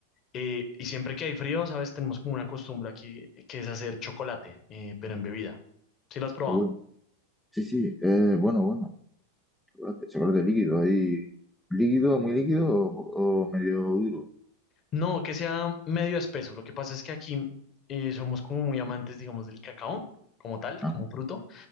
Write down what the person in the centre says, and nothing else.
oh, bueno. Sí, sí, eh, bueno, bueno. Chocolate, chocolate líquido, ahí. ¿Líquido, muy líquido o, o medio duro?
Ah,